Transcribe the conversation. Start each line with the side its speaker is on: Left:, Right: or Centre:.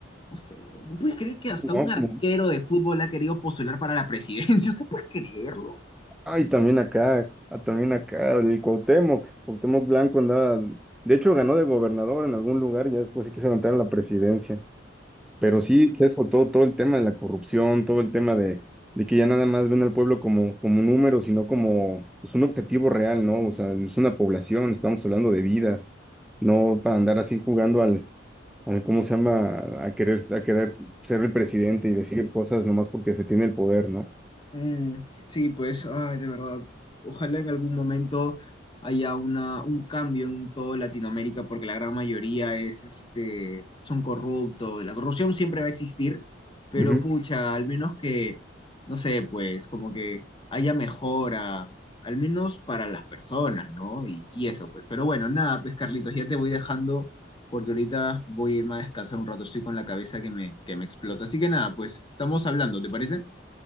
Left: No sé. ¿Puedes creer que hasta
Centre: No,
Left: un arquero
Centre: como,
Left: de fútbol ha querido postular para la presidencia? <laughs> ¿O sea, puedes creerlo?
Centre: ay, también acá, ah, también acá, el Cuauhtémoc, Cuauhtémoc Blanco andaba, de hecho ganó de gobernador en algún lugar, ya después se quiso levantar a la presidencia. Pero sí, sí, eso, todo, todo el tema de la corrupción, todo el tema de, de que ya nada más ven al pueblo como, como un número, sino como pues, un objetivo real, ¿no? O sea, es una población, estamos hablando de vida, no para andar así jugando al, al ¿cómo se llama? A querer, a querer ser el presidente y decir cosas nomás porque se tiene el poder, ¿no?
Left: Mm, sí, pues, ay, de verdad, ojalá en algún momento haya una, un cambio en toda Latinoamérica, porque la gran mayoría es, este, son corruptos. La corrupción siempre va a existir, pero
Centre: Ujú.
Left: pucha, al menos que, no sé, pues, como que haya mejoras, al menos para las personas, ¿no? Y, y eso, pues. Pero bueno, nada, pues, Carlitos, ya te voy dejando, porque ahorita voy a irme a descansar un rato, estoy con la cabeza que me, que me explota. Así que nada, pues, estamos hablando, ¿te parece?